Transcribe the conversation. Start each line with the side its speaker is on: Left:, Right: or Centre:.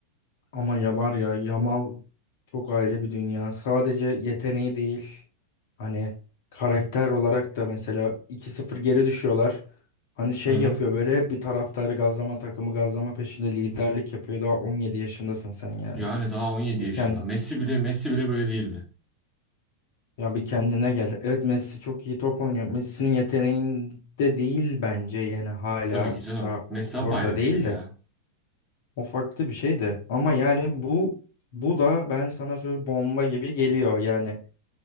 Left: Ama ya var ya Yamal çok ayrı bir dünya. Sadece yeteneği değil. Hani karakter olarak da mesela 2-0 geri düşüyorlar. Hani şey
Centre: Hı hı.
Left: yapıyor böyle hep bir taraftarı gazlama takımı gazlama peşinde liderlik yapıyor. Daha 17 yaşındasın sen yani.
Centre: Yani daha 17
Left: Beken.
Centre: yaşında. Messi bile Messi bile böyle değildi.
Left: Ya bir kendine gel. Evet Messi çok iyi top oynuyor. Messi'nin yeteneğinde değil bence yani hala
Centre: Tabii ki canım.
Left: daha
Centre: Messi
Left: orada
Centre: apayrı bir
Left: değil
Centre: şey ya.
Left: de. O farklı bir şey de. Ama yani bu bu da ben sana söyle bomba gibi geliyor. Yani